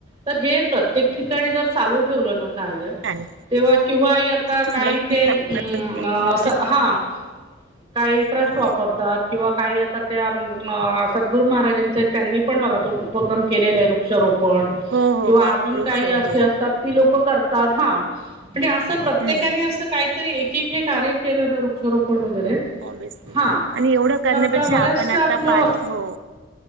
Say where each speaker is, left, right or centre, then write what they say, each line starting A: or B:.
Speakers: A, on the right; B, on the right.
A: तर हे प्रत्येक ठिकाणी जर चालू ठेवलं ना कार्य
B: छान
A: ते किंवाही आता
B: ती संकल्पना
A: काही ते अ
B: आवडते.
A: हा काही
B: हा,
A: ट्रस्ट
B: हा.
A: वापरतात किंवा काही आ त्या सद्गुरू महाराजांचे त्यांनी पण बघा तो उपक्रम केलेला आहे वृक्षारोप किंवा
B: हो हो हो
A: अजून
B: वृक्ष
A: काही
B: हो
A: असे असतात ती लोक करतात हा म्हणजे असं प्रत्येकाने
B: हम्म हम्म
A: असं काहीतरी एक एक हे कार्य केलं ना वृक्षरोोपण वगैरे
B: ऑब्वियसली
A: हा
B: आणि एवढं करण्यापेक्षा
A: तर आपलं बऱ्याचशा
B: आपण आता
A: आपलं
B: पान हो